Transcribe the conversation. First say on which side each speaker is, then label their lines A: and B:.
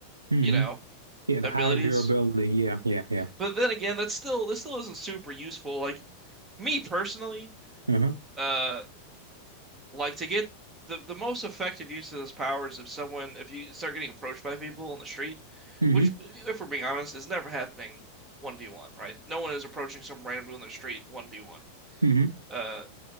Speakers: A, on the right (about 80°); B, on the right (about 20°).
A: hmm
B: you know,
A: Yeah, the
B: abilities.
A: higher durability. Yeah, yeah, yeah.
B: But then again, that's still that still isn't super useful. Like me personally,
A: hmm
B: uh like to get the the most effective use of this powers. if someone if you start getting approached by people on the street,
A: hmm
B: which if we're being honest is never happening 1v1, right? No one is approaching some random dude on the street 1v1.
A: hmm
B: Uh